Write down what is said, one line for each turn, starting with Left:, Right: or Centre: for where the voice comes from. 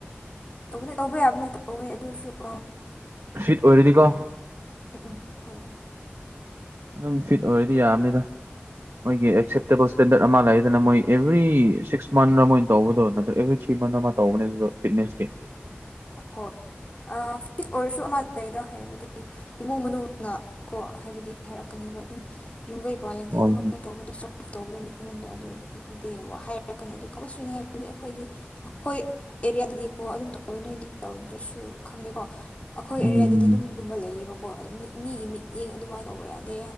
Left: ꯇꯧꯕꯅꯦ ꯇꯧꯕ ꯌꯥꯕꯅꯦ ꯇꯧꯋꯦ ꯑꯗꯨꯏꯁꯨ ꯑ
Right: ꯐꯤꯠ ꯑꯣꯏꯔꯗꯤꯀꯣ
Left: ꯎꯝ ꯍꯣꯏ
Right: ꯑꯗꯨꯝ ꯐꯤꯠ ꯑꯣꯏꯔꯗꯤ ꯌꯥꯝꯕꯅꯤꯗ ꯃꯣꯏꯒꯤ
Left: ꯑꯣꯏꯔꯗꯤ
Right: ꯑꯦꯛꯁꯦꯞꯇꯦꯕꯜꯁ ꯏꯁꯇꯦꯟꯗꯔꯠ ꯑꯃ ꯂꯩꯗꯅꯥ ꯃꯣꯏ ꯑꯦꯚ꯭ꯔꯤ ꯁꯤꯛꯁ ꯃꯟꯔ ꯃꯣꯏꯟ ꯇꯧꯕꯗꯣ ꯅꯠꯇ꯭ꯔ ꯑꯦꯚ꯭ꯔꯤ ꯊ꯭ꯔꯤ ꯃꯟꯔ ꯃꯥ ꯇꯧꯕꯅꯦ ꯑꯗꯨꯗꯣ ꯐꯤꯠꯅꯦꯁꯀꯤ
Left: <unintelligible> ꯐꯤꯠ ꯑꯣꯏꯔꯁꯨ ꯑꯃ ꯂꯩꯗ ꯍꯥꯏꯕꯗꯤ ꯏꯃꯨꯡ ꯃꯅꯨꯡ ꯅ ꯀꯣ ꯍꯥꯏꯕꯗꯤ ꯍꯥꯏꯔꯛꯀꯅꯦꯕ ꯑꯗꯨꯝ ꯌꯨꯝꯒꯩ ꯄꯥꯥꯜꯂꯗꯤ
Right: ꯍꯣꯏ
Left: ꯑꯗꯨꯃꯥꯏꯅ ꯇꯧꯕꯗꯣ ꯆꯠ <unintelligible> ꯇꯧꯕꯗꯣ ꯃꯤꯉꯣꯟꯗ ꯑꯗꯨ ꯐꯖ ꯗꯦ ꯒꯨꯝꯕ ꯍꯥꯏꯔꯛꯀꯅꯤ ꯑꯗꯨ ꯀꯝꯃꯜꯁꯔꯤꯅꯤ ꯍꯥꯏꯕꯗꯤ ꯑꯩꯈꯣꯏꯗꯤ ꯑꯩꯈꯣꯏ ꯑꯦꯔꯤꯌꯥꯗꯗꯤꯀꯣ ꯑꯗꯨꯝ <unintelligible> ꯅꯣꯏꯗꯤ ꯇꯧꯗ꯭ꯔꯁꯨ ꯈꯪꯗꯦꯀꯣ ꯑꯈꯣꯏ
Right: ꯎꯝ
Left: ꯑꯦꯔꯤꯌꯥꯗꯗꯤ ꯑꯗꯨꯝ ꯒꯨꯝꯕ ꯂꯩꯌꯦꯕꯀꯣ ꯑꯗꯨ ꯃꯤ ꯃꯤꯒꯤ ꯃꯤꯠꯌꯦꯡ ꯑꯗꯨꯃꯥꯏꯅ ꯇꯧꯕ ꯌꯥꯗꯦ